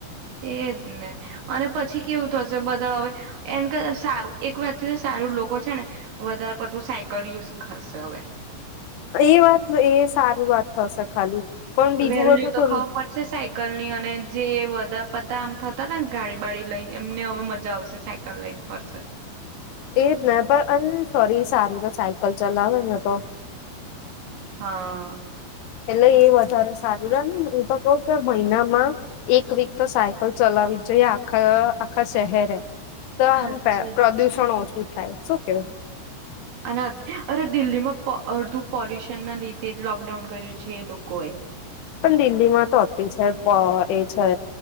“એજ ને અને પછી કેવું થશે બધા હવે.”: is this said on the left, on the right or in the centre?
Right